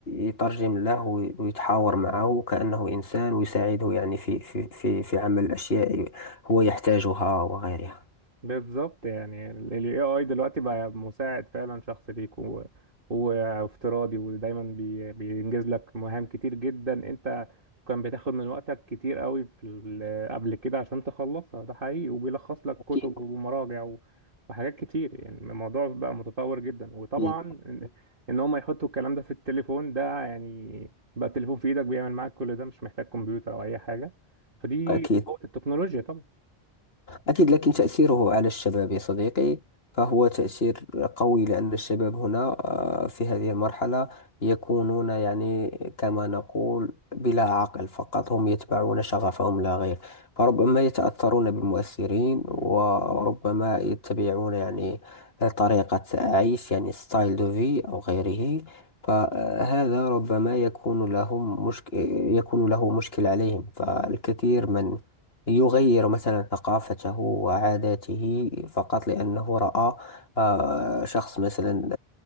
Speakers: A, on the left; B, on the right.
A: يترجم له وي- ويتحاور معه كأنه إنسان ويساعده يعني في في في في عمل الأشياء هو يحتاجها وغيرها
B: بالظبط يعني ال ال AI دلوقتي بقى مساعد فعلا شخص ليك و... وافتراضي ودايما بي... بينجز لك مهام كتير جدا انت كان بتاخد من وقتك كتير قوي في ال... قبل كده عشان تخلصها ده حقيقي وبيلخص لك
A: أكيد
B: كتب ومراجع و... وحاجات كتير يعني الموضوع بقى متطور جدا وطبعا
A: أكيد
B: ان إن هم يحطوا الكلام ده في التليفون ده يعني بقى التليفون في ايدك بيعمل معاك كل ده مش محتاج كمبيوتر او اي حاجة فدي
A: أكيد
B: قوة التكنولوجيا طبعا
A: أكيد لكن تأثيره على الشباب يا صديقي فهو تأثير قوي لأن الشباب هنا آه، في هذه المرحلة يكونون يعني كما نقول بلا عقل فقط هم يتبعون شغفهم لا غير فربما يتأثرون بمؤثرين وربما يتبعون يعني طريقة عيش يعني ستايل دو في أو غيره فهذا ربما يكون لهم مشك... يكون له مشكل عليهم فالكثير من يغير مثلا ثقافته وعاداته فقط لأنه رأى آه، شخص مثلا